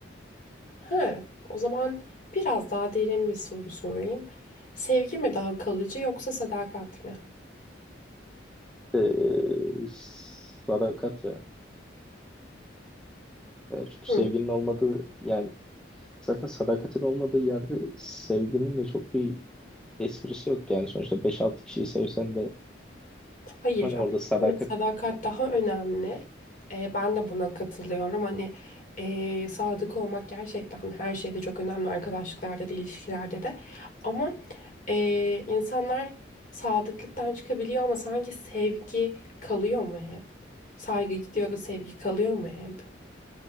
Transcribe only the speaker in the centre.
E, sadakat ya. E, çünkü
sevginin olmadığı yani zaten sadakatin olmadığı yerde sevginin de çok bir esprisi yok yani sonuçta beş altı kişiyi sevsen de
Hani
orada sadakat